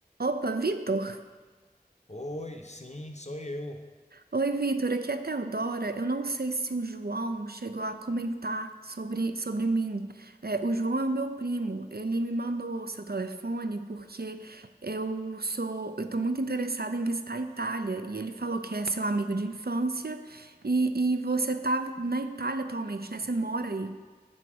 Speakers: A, on the right; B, on the left.
A: Opa, Vitor!
B: Oi, sim, sou eu.
A: Oi, Vitor, aqui é a Teodora. Eu não sei se o João chegou a comentar sobre, sobre mim. É, o João é o meu primo. Ele me mandou o seu telefone porque eu sou, eu tô muito interessada em visitar a Itália. E ele falou que é seu amigo de infância e, e você tá na Itália atualmente, né? Você mora aí.